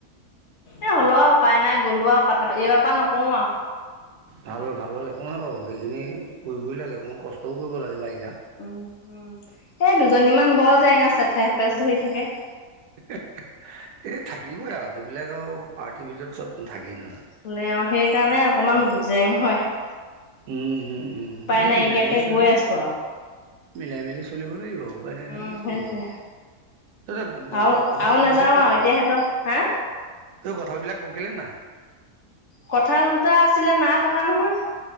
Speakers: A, on the left; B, on the right.
A: এ হ'লো আৰু উপাই নাই গ'লো আৰু কথা পাতি এইবাৰ পৰা নকওঁ আৰু। <unintelligible>
B: ভাল হ'ল, ভাল হ'ল একো নহয় বাৰু সেইখিনি কৰিবই লাগে। অকণমান কষ্টও কৰিব লাগে বাৰিষাত। <unintelligible>
A: উম-উম! এ দুজনীমান বৰ জেঙ আছে ঠেহ পেচ ধৰি থাকে। <unintelligible>
B: <inaudible> এই থাকিবই আৰু সেইবিলাক আৰু পাৰ্টিৰ ভিতৰত চব থাকেই নহয়।
A: হলেও আৰু সেইকাৰণে অকমান জেং হয়। <unintelligible>
B: উম-উম-উম!
A: উপায়
B: এই
A: নাইকিয়াকে
B: মিলাই মেলি চলিব
A: গৈ
B: লাগিব।
A: আছো আৰু
B: মিলাই মেলি চলিব লাগিব আৰু। <inaudible> <unintelligible> উপাই নাই নহয়
A: উম,
B: কি কৰিবি।
A: সেইটোৱে।
B: তহঁতৰ
A: আৰু
B: কঠাল
A: আৰু নাযাওঁ
B: পকিছেনে
A: আৰু
B: নাই?
A: এতিয়া
B: <inaudible>
A: সিহঁতৰ হা
B: <inaudible> কঠালবিলাক পকিলে নে নাই?
A: কঁঠাল দুটা আছিলে নাই পকা নহয়। <inaudible>